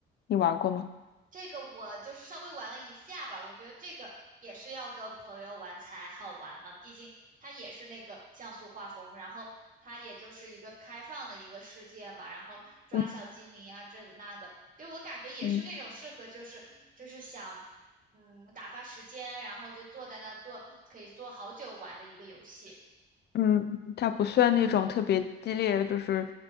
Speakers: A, on the left; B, on the right.
A: 你玩过吗？
B: 这个我就稍微玩了一下吧，我觉得这个也是要跟朋友玩才好玩嘛，毕竟它也是那个像素画风，然后它也就是一个开放的一个世界嘛，然后抓小精灵啊，
A: 嗯
B: 这的那的，就我感觉也是那种适合就是就是想
A: 嗯
B: 嗯打发时间，然后就坐在那做可以坐好久玩的一个游戏。
A: 嗯，嗯它不算那种特别激烈，就是